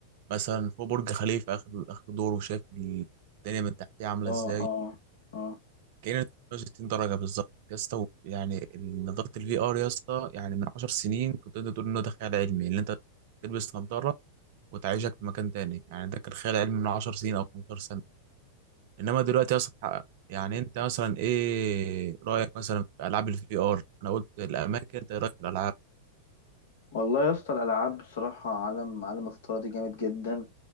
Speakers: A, on the right (about 55°); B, on the left (about 65°).
A: مثلا فوق برج خليفة آخر آخر دور وشايف الدنيا من تحتيه عاملة
B: اه
A: إزاي
B: اه آه.
A: كأنك 360 درجة بالظبط يا اسطى و- يعني نضارة الفي آر يا اسطى يعني من 10 سنين كنت تقدر تقول إنه ده خيال علمي اللي أنت تلبس نضارة وتعيشك في مكان تاني يعني ده كان خيال علمي من 10 سنين أو 15 سنة إنما دلوقتي يا اسطى اتحقق يعني أنت مثلا إيه رأيك مثلا في ألعاب الفي آر أنا قلت الأماكن أنت إيه رأيك في الألعاب
B: والله يا اسطى الألعاب بصراحة عالم عالم الفترة دي جامد جدا